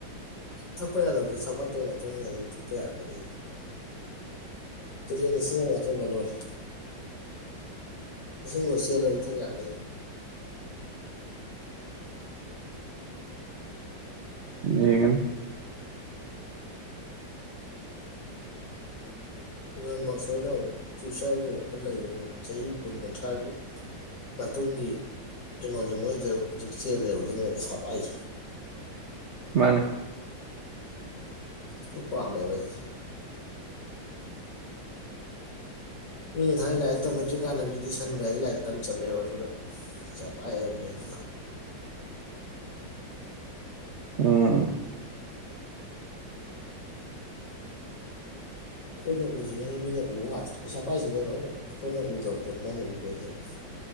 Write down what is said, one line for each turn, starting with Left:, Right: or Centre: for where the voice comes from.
Left: ꯊꯛꯄ ꯌꯥꯗꯕꯗꯣ ꯆꯥꯎꯈꯠꯄꯩ ꯃꯇꯨꯡ ꯏꯟꯅ ꯑꯗꯨꯝ ꯊꯛꯄ ꯌꯥꯔꯛꯀꯅꯤ ꯇꯔꯦꯜ ꯏꯁꯤꯡꯅ ꯂꯥꯟꯊꯣꯛꯈ꯭ꯔ ꯂꯣꯢꯔꯦ ꯏꯁꯤꯡꯗꯨ ꯆꯦꯜꯂꯗꯤ ꯊꯛ ꯌꯥꯗꯣꯏꯟ
Right: ꯌꯦꯡꯒꯅꯤ
Left: ꯂꯦꯟ ꯃꯥꯛ ꯁꯨꯋꯥꯏꯅ ꯑꯃꯨꯛ ꯐ꯭ꯌꯨꯆꯔꯒꯤ ꯋꯥꯈꯜ ꯂꯩꯕꯩꯅꯤ ꯆꯍꯤ ꯀꯨꯟ ꯀꯨꯟꯊ꯭ꯔꯥꯒꯤ ꯃꯇꯨꯡꯒꯤ ꯀꯩꯅꯣꯁꯦ ꯃꯣꯏꯗ ꯍꯧꯖꯤꯛ ꯆꯦꯜꯂꯦꯕ ꯑꯗꯨꯅꯅꯦ ꯄꯩꯁꯥ ꯄꯥꯏꯁꯤ
Right: ꯃꯥꯅꯦ
Left: ꯑꯗꯨ ꯄꯥꯝꯃꯦꯕ ꯑꯩꯁꯤ ꯃꯤꯅ ꯊꯥꯏꯅ ꯂꯥꯏꯔꯤꯛ ꯇꯝꯅꯗ꯭ꯔꯤꯀꯥꯟꯗ ꯃꯤꯗꯤ ꯁꯟꯒꯥꯔꯤꯗ ꯂꯥꯏꯔꯤꯛ ꯇꯝ ꯆꯠꯂꯦꯕ ꯑꯗꯨꯗ ꯄꯩꯁꯥ ꯄꯥꯢꯔꯃꯤ ꯑꯗꯨꯗꯣ
Right: ꯎꯝ
Left: ꯑꯈꯣꯏꯅ ꯎꯗ꯭ꯔꯤꯉꯩ ꯃꯤꯅ ꯎꯕ ꯉꯥꯛꯇꯅꯤ ꯄꯩꯁꯥ ꯄꯥꯏꯁꯤꯡꯁꯤꯅ ꯂꯣꯏꯅ ꯑꯈꯣꯏꯅ ꯎꯗꯕ ꯄꯣꯠ ꯃꯣꯏꯅ ꯎꯕꯩꯅꯦꯕ